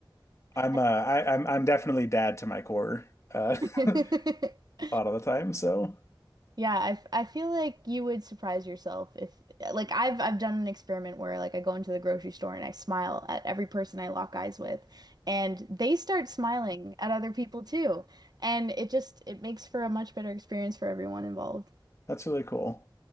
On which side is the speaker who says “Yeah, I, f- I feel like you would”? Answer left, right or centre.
Right